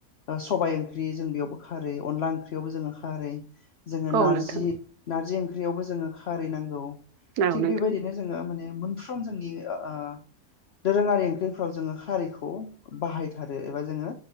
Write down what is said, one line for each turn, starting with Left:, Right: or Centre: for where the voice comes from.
Left: सबबाय ओंख्रि जों बेयावबो खारै अनला ओंख्रियावबो जोङो खारै जोङो नारजि
Right: औ नोंथां
Left: नारजि ओंख्रियावबो जोङो खारै नांगौ
Right: औ
Left: थिग
Right: नोंथां
Left: बेबायदिनो जोङो माने मोनफ्रोम जोंनि ओ दोरोङारि ओंख्रिफ्राव जोङो खारिखौ बाहाय आरो एबा जोङो